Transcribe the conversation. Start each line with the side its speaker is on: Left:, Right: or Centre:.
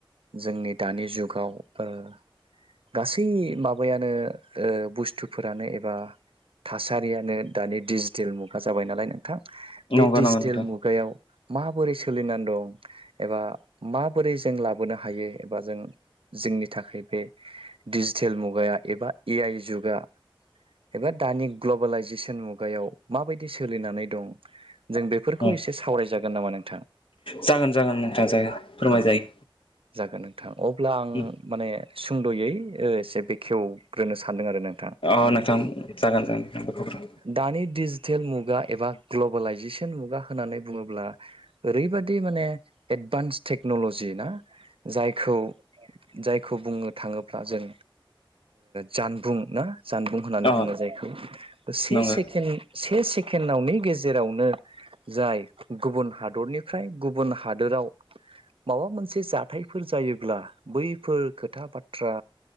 Right: जोंनि दानि जुगाव ओ गासै माबायानो ओ बुस्थुफोरानो एबा थासारियानो दानि डिजिटेल मुगा जाबाय नालाय नोंथां बे
Left: नंगौ
Right: डिजिटेल
Left: नंगौ नोंथां
Right: मुगायाव माबोरै सोलिनानै दं एबा माबोरै जों लाबोनो हायो एबा जों जोंनि थाखाय बे डिजिटेल मुगाया एबा ए आइ जुगा एबा दानि ग्लबेलाइजेसन मुगायाव माबायदि सोलिनानै दं जों बेफोरखौ
Left: उम
Right: एसे सावरायजागोन नामा नोंथां
Left: जागोन जागोन नोंथां जागोन फोरमायजायो
Right: औ जागोन नोंथां अब्ला आं
Left: उम
Right: माने सुंद'यै ओ एसे बेखेवग्रोनो सानदों आरो नों थां
Left: अ
Right: माने
Left: नोंथां जागोन जागोन नोंथां
Right: दानि डिजितेल मुगा एबा ग्लबेलाइजेसन मुगा होननानै बुङोब्ला ओरैबायदि माने एद एडभान्स टेक्न'लजि ना जायखौ जाय बुंनो थाङोब्ला जों जानबुं ना जानबुं होननानै
Left: अ
Right: बुङो जायखौ से
Left: नंगौ
Right: सेकेणड से सेकेणडावनि गेजेरावनो जाय गुबुन हादरनिफ्राय गुबुन हादोराव माबा मोनसे जाथायफोर जायोब्ला बैफोर खोथा बाथ्रा